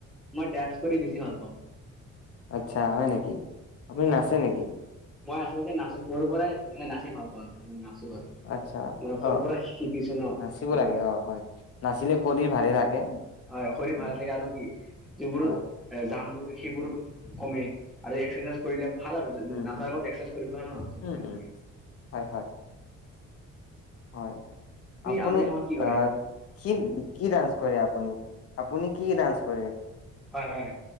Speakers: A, in the centre; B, on the left (about 50°).
A: মই ডেন্স কৰি বেছি ভাল পাওঁ।
B: আচ্ছা হয় নেকি,
A: পাওঁ।
B: আপুনি নাচে নেকি?
A: মই আচলতে নাচো সৰুৰ পৰাই মানে নাচি ভাল পাওঁ ন নাচো আৰু।
B: আচ্ছা
A: মানে সৰুৰ
B: অ অ
A: পৰা শিকিছো ন
B: নাচিব
A: ত'
B: লাগে অ হয় নাচিলে শৰীৰ ভালে থাকে।
A: হয় শৰীৰ
B: উম
A: ভাল থাকে আৰু কি যিবোৰো
B: হয়
A: এ জামবোৰ সেইবোৰ কমে আৰু এক্সাৰচাইজ কৰিলে ভাল আৰু
B: উম
A: নাচাৰ
B: উম
A: আগত এস্কেচাইজ কৰিব লাগে ন ত
B: উম উম হয় হয়। হয় আপুনি
A: আজৰি সময়ত কি কৰে?
B: আ কি কি ডান্স কৰে আপুনি, আপুনি কি ডান্স কৰে?
A: হয় হয়,